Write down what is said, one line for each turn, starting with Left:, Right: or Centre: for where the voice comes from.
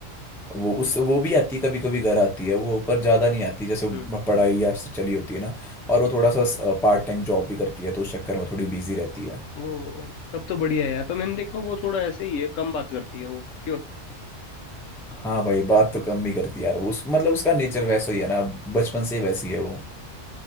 Centre: वो उस वो भी आती है कभी कभी घर आती है वो पर ज्यादा नहीं आती जैसे वो
Left: हम्म
Centre: पढ़ाई या उससे चली होती है ना और वो थोड़ा सा
Left: हाँ,
Centre: पार्ट टाइम जॉब भी करती है तो उस चक्कर में थोड़ी बिजी रहती है
Left: वो तब तो बढ़िया है यार पर मैंने देखा वो थोड़ा ऐसे ही है कम बात करती है वो क्यों
Centre: हाँ भाई बात तो कम ही करती है यार वो उस मतलब उसका नेचर वैसा ही है ना बचपन से ही वैसी है वो